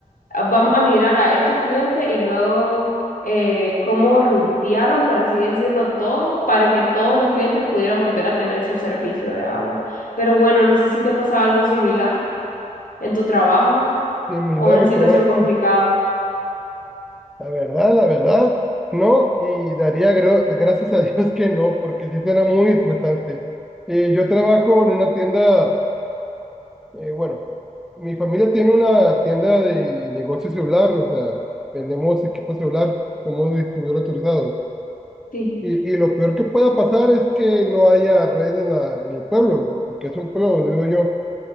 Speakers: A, on the left (about 80°); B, in the centre.
A: ah, vamos a mirar a estos clientes y luego eh, cómo rutearon, por así decirlo, todo para que todos los clientes pudieran volver a tener su servicio de agua. Pero bueno, no sé si te ha pasado algo similar en tu trabajo
B: En mi
A: o
B: lado
A: una
B: de
A: situación
B: mi trabajo,
A: complicada.
B: la verdad, la verdad, no. Y daría gra- gracias a <laughs> Dios que no, porque sí suena muy estresante. Eh, yo trabajo en una tienda, eh, bueno, mi familia tiene una tienda de negocio celular, o sea, vendemos equipo celular, somos distribuidor autorizados.
A: Sí,
B: Y, y lo peor que pueda pasar es que no haya red en, la, en el pueblo, porque es un pueblo donde vivo yo.